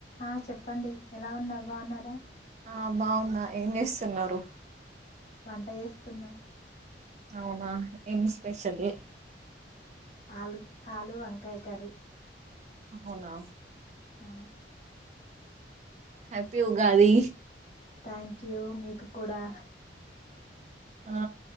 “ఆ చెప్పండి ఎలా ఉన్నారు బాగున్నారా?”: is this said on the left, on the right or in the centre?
Left